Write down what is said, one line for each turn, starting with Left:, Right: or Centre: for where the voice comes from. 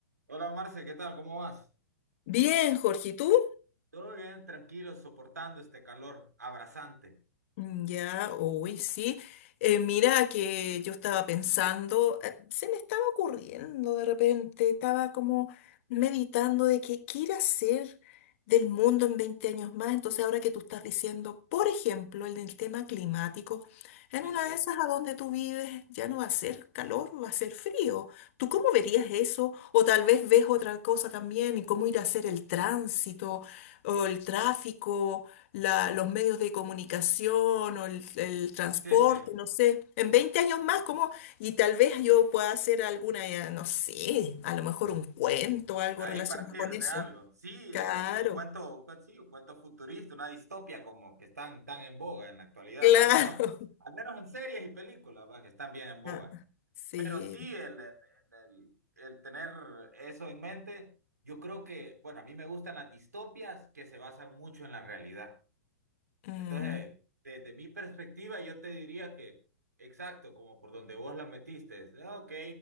Right: Hola Marce, ¿qué tal? ¿Cómo vas?
Left: Bien, Jorge, ¿y tú?
Right: Todo bien, tranquilo, soportando este calor abrasante.
Left: Mm, Ya, uy, sí. Eh, mira que yo estaba pensando, eh, se me estaba ocurriendo de repente, estaba como meditando de que qué ir a hacer del mundo en 20 años más. Entonces, ahora que tú estás diciendo, por ejemplo, el del tema climático, en
Right: Sí,
Left: una
Right: sí,
Left: de esas a donde tú vives ya no va a ser calor, va a ser frío. ¿Tú cómo verías eso? O tal vez ves otra cosa también y cómo ir a hacer el tránsito o el tráfico. la- los medios de comunicación o el, el transporte,
Right: sí, sí.
Left: no sé, en 20 años más, como, y tal vez yo pueda hacer alguna, eh, no sé, a lo mejor un cuento, algo
Right: Ahí
Left: relacionado
Right: partir
Left: con eso.
Right: de algo. Sí,
Left: Claro,
Right: eh, un, un cuento, un cuento, sí, un cuento futurista, una distopia como que están tan en boga en la actualidad.
Left: claro.
Right: Al menos,
Left: <laughs>
Right: al menos en series y películas, va, que están bien en boga.
Left: Ah, Sí.
Right: Pero sí, el, el, el- el- el tener eso en mente, yo creo que, bueno, a mí me gustan las distopias que se basan mucho en la realidad.
Left: Mm,
Right: Entonces, desde mi perspectiva, yo te diría que, exacto, como por donde vos la metiste, es, ah, ok,